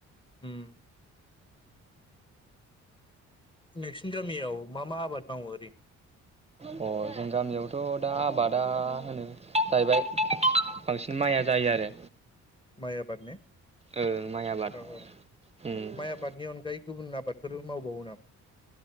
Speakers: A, on the left (about 15°); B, on the right (about 20°).
A: उम। नोंसिनि गामियाव मा मा आबाद मावो ओरैनो।
B: अ जों गामियावथ दा आबादा होनो जाहैबाय बांसिन माइया जायो आरो।
A: माइ आबादने
B: ओं माइ आबाद
A: औ औ
B: उम
A: माइ आबादनि अनगायै। गुबुन आबादफोर मावबावो नामा?